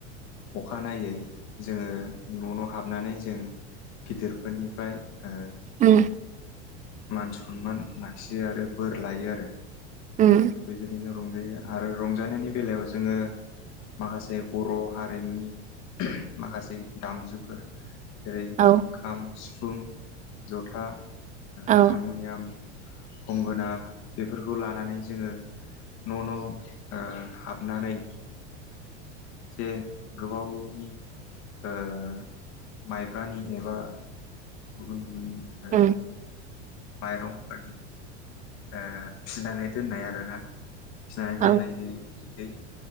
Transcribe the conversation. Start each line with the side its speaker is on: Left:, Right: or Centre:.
Left: अखानायनायै जोङो न' न' हाबनानै जों गिदिरफोरनिफ्राय ओ
Right: उम
Left: मान सनमान लाखियो आरो बोर लायो आरो
Right: उम
Left: जोंहा बेबायदिनो रंजायो आरो रंजानायनि बेलायाव जोङो माखासे बर' हारिमुनि माखासे दामजुफोर जेरै
Right: औ
Left: खाम सिफुं जथा
Right: औ
Left: हारमुनियाम गंगोना बेफोरखौ लानानै जोङो न' न' ओ हाबनानै जे गोबावनि ओ माइब्रानि एबा गुबुन गुबुन ओ
Right: उम
Left: माइरंफोरनि ओ फिनानै दोननाय आरोना फिनानै
Right: औ
Left: दोननायजों बिदै